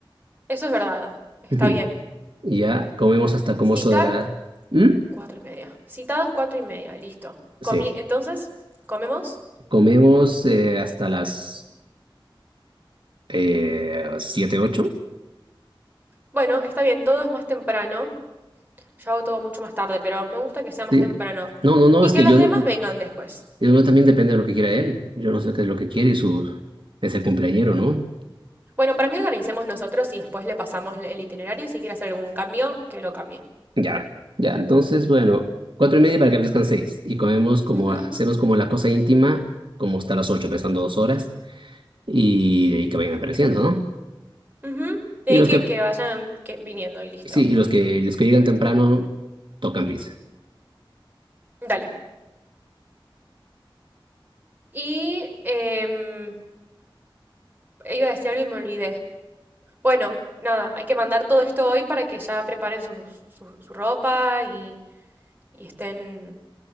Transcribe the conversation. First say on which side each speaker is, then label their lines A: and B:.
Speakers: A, on the right; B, on the right.
A: eso es verdad. Está
B: Ujú.
A: bien.
B: Y Ya comemos hasta como
A: Citar
B: eso de la... ¿Mm?
A: Cuatro y media. Citados cuatro y media, listo.
B: Sí,
A: Comí, entonces, ¿comemos?
B: comemos eh, hasta las eh, siete, ocho.
A: Bueno, está bien, todo es más temprano. Yo hago todo mucho más tarde, pero me gusta que sea más
B: Sí.
A: temprano.
B: No, no, no,
A: Y
B: es
A: que
B: que
A: los
B: yo, no-
A: demás vengan después.
B: yo no- también depende de lo que quiera él. Yo no sé qué es lo que quiere y su... Es el cumpleañero, ¿no?
A: Bueno, para mí organicemos nosotros y después le pasamos el itinerario y si quiere hacer algún cambio, que lo cambie.
B: Ya, ya. Entonces, bueno, cuatro y media para que aparezcan seis. Y comemos como,
A: Ujú,
B: hacemos como la cosa íntima, como hasta las ocho, pasando dos horas. Y de ahí que vayan apareciendo, ¿no?
A: ujú. De
B: Y
A: ahí
B: los
A: que,
B: que,
A: que vayan que, viniendo y listo.
B: sí, y los que, los que llegan temprano tocan pizza.
A: Dale. Y em, iba a decir algo y me olvidé. Bueno, nada, hay que mandar todo esto hoy para que ya preparen sus- su, su ropa y, y estén